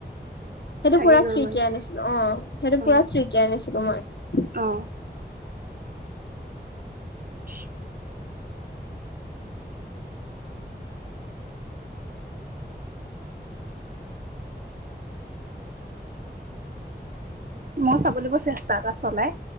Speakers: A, on the left; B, on the right.
A: সেইটো
B: থাকি
A: পুৰা
B: গ'ল
A: ফ্ৰী
B: মানুহটো
A: কে আনিছিলো অ সেইটো
B: অ
A: পুৰা ফ্ৰী কে আনিছিলো মই
B: অ <unintelligible> ময় চাব লিব চেষ্টা এটা চলাই